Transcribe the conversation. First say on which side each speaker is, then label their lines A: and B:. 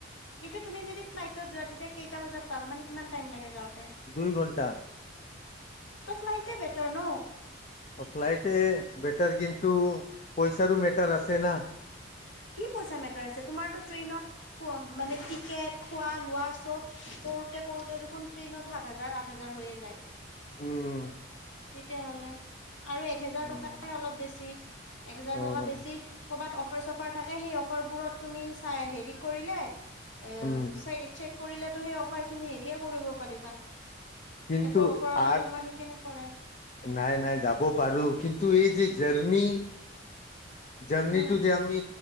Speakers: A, on the left; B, on the left.
A: কিন্তু তুমি যদি ফ্লাইটত যোৱা তেতিয়া কেইটা বজাত পাবা মানে কিমান টাইম লাগে যাওঁ তে
B: দুই ঘন্টা
A: ফ্লাইটে বেটাৰ ন
B: ফ্লাইটে বেটাৰ কিন্তু পইচাৰো মেটাৰ আছে না
A: কি পইচা মেটাৰ আছে তোমাৰো ট্ৰেইনত মানে কি টিকেট খোৱা লোৱা চব কৰোতে কৰোতে দেখোন ট্ৰেইনতো সাত হাজাৰ, আঠ হাজাৰ হৈয়ে যায়।
B: উম,
A: তেতিয়া হ'লে আৰু এক হেজাৰ
B: উম
A: টকা অলপ বেছি এক হেজাৰ
B: উম
A: টকা বেছি কৰবাত। প <unintelligible> অফাৰ থাকে সেই অফাৰবোৰত তুমি চাই হেৰি কৰিলে। অ'
B: উম
A: চাই কৰিলে সেই অফাৰ খিনি হেৰিয় কৰিব পাৰিবা।
B: কিন্তু
A: এফ অফাৰত
B: আৰ
A: গ'লে তোমাৰ সেইখিনি পৰে
B: নাই-নাই যাব পাৰো কিন্তু এই যে জাৰ্নি <inaudible> জাৰনি
A: উম
B: টু যে আমি।